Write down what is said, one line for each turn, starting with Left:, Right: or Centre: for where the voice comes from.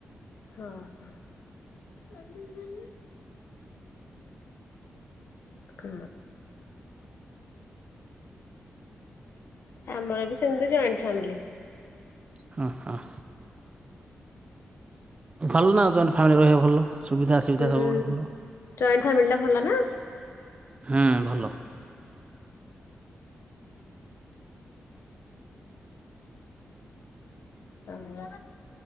Left: ହଁ ହୁଁ ହୁଁ। କ ଆମର ବି ସେମିତି ଜଏଣ୍ଟ ଫ୍ୟାମିଲି।
Right: ହଁ ହଁ। ଭଲ ନା ଜଏଣ୍ଟ ଫ୍ୟାମିଲି ରହିବ ଭଲ ସୁବିଧା ଅସୁବିଧା
Left: ହୁଁ।
Right: ସବୁବେଳେ ଭଲ।
Left: ଜଏଣ୍ଟ ଫ୍ୟାମିଲି ଟା ଭଲ ନା।
Right: ହଁ ଭଲ।
Left: ହଁ